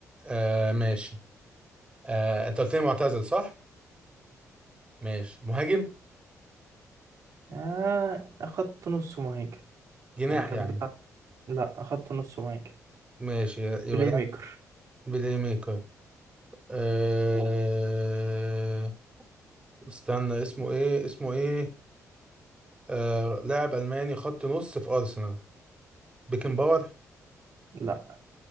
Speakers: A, on the right; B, on the right.
A: آه ماشي آه انت قلت لي معتزل صح ماشي مهاجم
B: آه أخدت نص مهاجم
A: جناح
B: يعني كان
A: يعني
B: بيلعب لا أخدت نص مهاجم
A: ماشي يبقى
B: بلاي
A: ده
B: ميكر
A: بلاي ميكر لا أه... استنى اسمه ايه اسمه ايه أه... لاعب ألماني خط نص في أرسنال بيكنباور
B: لا